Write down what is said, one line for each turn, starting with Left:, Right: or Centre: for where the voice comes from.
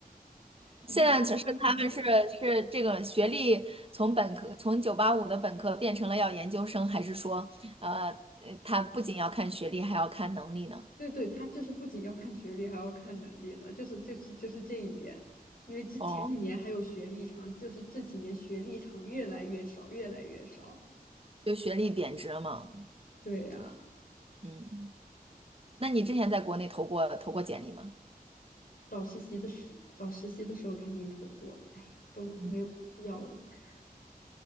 Left: <laughs> 已经高攀不起了。
Right: 现在只是他们是是这个学历从本科从九八五的本科变成了要研究生，还是说，呃，呃他不仅要看学历，还要看能力呢？
Left: 对对，他就是不仅要看学历，还要看能力了，就是就是就是这一点。因为之前几年还有学历厂，
Right: 哦，
Left: 就是这几年学历厂越来越少，越来越少。
Right: 就学历贬值了嘛？
Left: 对呀、
Right: 对，嗯，那你之前在国内投过投过简历吗？
Left: 找实习的时找实习的时候肯定投过，哎呀，都没有公司要我。
Right: 嗯
Left: <laughs>